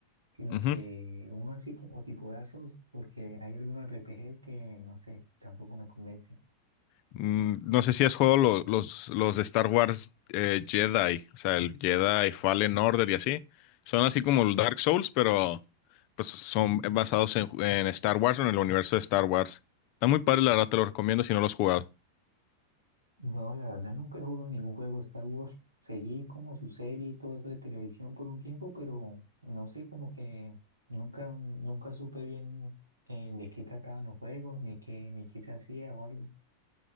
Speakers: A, on the right; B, on the left.
A: sino
B: Ujú.
A: que uno así como tipo Dark Souls, porque hay algunos RPG que no sé, tampoco me convencen.
B: Mm, no sé si has jugado lo- los, los de Star Wars eh, Jedi, o sea, el Jedi Fallen Order y así. Son así como el Dark Souls, pero pues son basados en, en Star Wars o en el universo de Star Wars. Está muy padre, la verdad, te lo recomiendo si no lo has jugado.
A: No, la verdad nunca he jugado ningún juego de Star Wars. Seguí como su serie y todo eso de televisión por un tiempo, pero no sé, como que nunca, nunca supe bien eh, de qué trataban los juegos, ni qué, ni qué se hacía o algo.